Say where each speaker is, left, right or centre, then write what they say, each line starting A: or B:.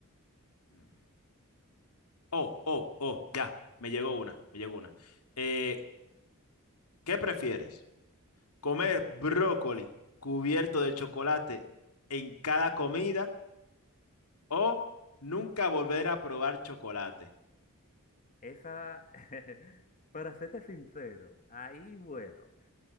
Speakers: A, on the left; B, on the left.
A: Mm. Oh, oh, oh, ya. Me llegó una, me llegó una. Eh, ¿qué prefieres? ¿Comer brócoli cubierto de chocolate en cada comida o nunca volver a probar chocolate?
B: Esa, <laughs> para serte sincero, ahí, bueno.